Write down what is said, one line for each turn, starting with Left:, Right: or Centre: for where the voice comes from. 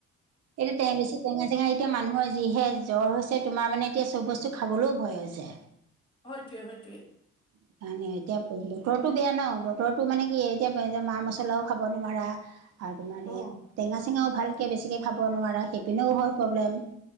Right: এই টেঙেচি টেঙাই টেঙাই এতিয়া মানুহৰ যিহে জ্বৰ হৈছে তোমাৰ মানে এতিয়া চব বস্তু খাবলৈও ভয় হৈছে।
Left: হয়টোৱে হয়টোৱে
Right: সেকানে এতিয়া পেহলে বতৰটো বেয়া ন বতৰটো মানে কি এতিয়া মা মছলাও খাব নোৱাৰা। আৰু তোমাৰ
Left: অ
Right: এইয়া টেঙা চেঙাও ভালকে বেছিকৈ খাব নোৱাৰা সেইপিনেও হয় প্ৰব্লেম।